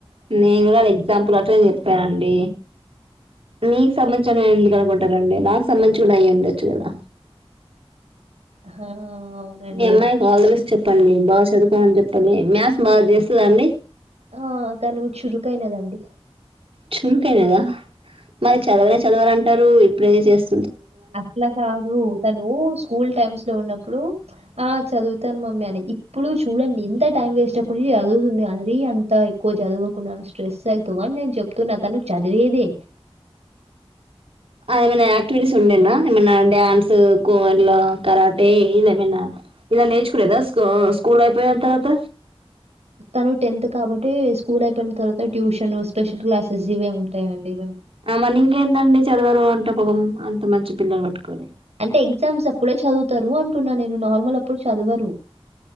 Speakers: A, on the right; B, on the right.
A: నేను కూడా ఎగ్జాంపుల్ అట్ల చెప్పానండి, మీకు సంబంధిం చని ఎందుకు అనుకుంటారండి, నాకు సంబంధించి కూడా అయ్యి ఉండొచ్చు కదా.
B: హా అవునండి
A: మీ అమ్మాయికి ఆల్ ది బెస్ట్ చెప్పండి బాగా చదువుకోమని చెప్పండి, మ్యాస్ బాగా చేస్తుందాండి.
B: ఆ తను చురుకైనదండి.
A: చురుకైనదా, మరి చదవనే చదవదంటరు ఇప్పుడే చేస్
B: అట్ల కాదు, తను స్కూల్ టైమ్స్ లో ఉన్నప్పుడు ఆ చదువుతాను మమ్మీ అని, ఇప్పుడు చూడండి ఇంత టైం వేస్ట్ అవకుండా చదువుతుంది అండి అంతా ఎక్కువ చదువకు నాన స్ట్రెస్ ఐతవ్ అని నేను చెప్తున్నా తను చదివేదే.
A: ఆ ఏమైనా యాక్టివిటీస్ ఉండేనా ఏమన్నా డ్యాన్స్ కో ఇట్ల కరాటే ఇల ఏమైనా ఇగ నేర్చుకునేదస్ ఆ స్కూల్ అయిపోయిన తర్వాత.
B: తను టెన్త్ కాబట్టి స్కూల్ అయిపోయిన తర్వాత ట్యూషన్, స్పెషల్ క్లాసెస్ ఇవే ఉంటయండి.
A: ఆ మని ఇంకేందండి చదవరు అంటవ్ పపం అంత మంచి పిల్లలు పట్టుకొని
B: అంటే ఎగ్జామ్స్ అప్పుడే చదువుతారు అంటున్నా నేను నార్మల్ అప్పుడు చదవరు